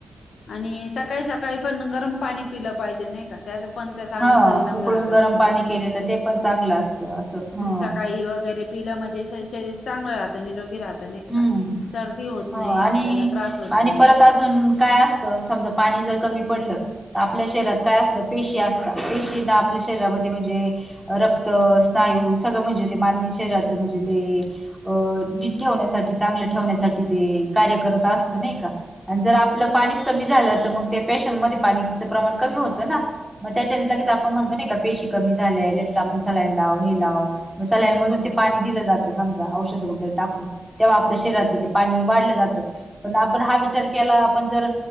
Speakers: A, on the left; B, in the centre.
A: आणि सकाळी सकाळी पण गरम पाणी पिलं पाहिजे नाही का त्याचा पण त्या चांगला
B: हा
A: परिणाम
B: उकळून
A: राहतात
B: गरम
A: कि
B: पाणी
A: हम
B: केलेलं ते पण चांगलं असतं असं ह
A: सकाळी वगैरे पिलं म्हणजे शरी शरीर चांगलं राहतं निरोगी राहतं
B: हम्म.
A: सर्दी होत
B: हो
A: नाही
B: आणि
A: आपल्याला त्रास होत
B: आणि
A: नाही
B: परत काय असत समजा पाणी जर कमी पडल तर आपल्या शरीरात काय असत पेशी असत पेशी जी
A: हम्म
B: ना आपल्या शरीरामध्ये म्हणजे रक्त स्नायू सगळं म्हणजे ते मानवी शरीरात म्हणजे ते अ ठेवण्यासाठी चांगलं ठेवण्यासाठी ते कार्य करत असत नाही का आणि जर
A: हम्म
B: आपलं पाणीच कमी झाल तर ते मग पेशन मध्ये पण पाणीच प्रमाण कमी होत ना मग त्याच्याने
A: हम्म
B: लगेच आपण म्हणतो नाही का पेशी कमी झालंय लगेच आपण सलाईन लाव हे लाव मग सलाईनमधून
A: हम्म.
B: ते - पाणी दिलं जातं समजा औषध वगैरे टाकून तेव्हा आपल्या
A: हम्म
B: शरीरातलं ते पाणी वाढलं जातं पण आपण हा विचार केला आपण जर